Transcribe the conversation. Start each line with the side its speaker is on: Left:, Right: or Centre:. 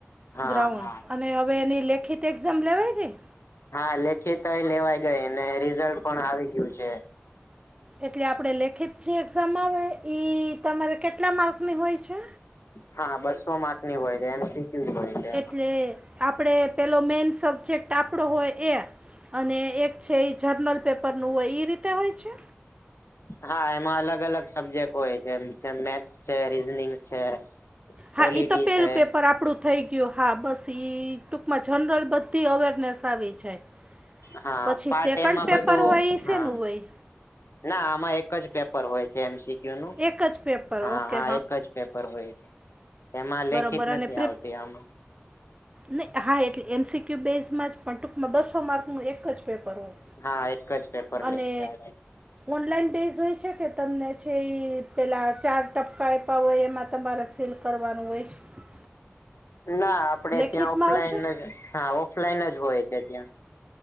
Left: હા
Right: ગ્રાઉન્ડ
Left: હા.
Right: અને અવે એની લેખિત એક લેવાય ગઈ
Left: હા લેખિતય લેવાય ગઈ ને રિઝલ્ટ પણ આવી ગયું છે.
Right: એટલે આપડે લેખિત જે એક્ઝામ આવે ઇ તમારે કેટલા માર્કની હોય છે?
Left: હા બસો માર્કની હોય છે એમ સી ક્યુ જ હોય છે એમ.
Right: એટલે આપડે પેલો મેન સબ્જેક્ટ આપડો હોય એ અને એક છે એ જર્નલ પેપરનું હોય ઈ રીતે હોય છે?
Left: હા એમાં અલગ-અલગ સબ્જેક્ટ હોય છે. જેમ મેથ્સ છે, રીઝનિંગ છે. પોલિટી
Right: હા ઇતો પેલું
Left: છે
Right: પેપર આપડુ થઈ ગ્યુ હા બસ ઈ ટૂંકમાં જનરલ બધી અવેરનેસ આવી જાય.
Left: હાં
Right: પછી
Left: પાર્ટ
Right: સેકન્ડ
Left: એમાં
Right: પેપર
Left: બધું
Right: હોય એ શેનું
Left: હાં
Right: હોય
Left: ના આમાં એક જ પેપર હોય છે એમ સી ક્યુ નું
Right: એક જ પેપર
Left: હા
Right: ઓકે
Left: હા એક જ પે પર હોય છે. એમાં લેખિત
Right: બરોબર
Left: નથી
Right: અને પ્રિપ
Left: આવતી આમાં
Right: નય હા એટલે એમ સી ક્યુ બેઝમાં જ પણ ટૂંકમાં બસ્સો માર્કનું એક જ પેપર હોય
Left: હા એક જ પેપર
Right: અને
Left: લે છે
Right: ઓનલાઈન બેઝ હોય છે કે? તમને છે એ પેલાં ચાર ટપકા આયપા હોય, એમાં તમારે ફીલ કરવાનું હોય છ?
Left: ના આપડે
Right: લેખિતમાં
Left: ત્યાં ઓફલાઈન
Right: હોય છે
Left: જ હા ઓફલાઈન જ હોય છે ત્યાં.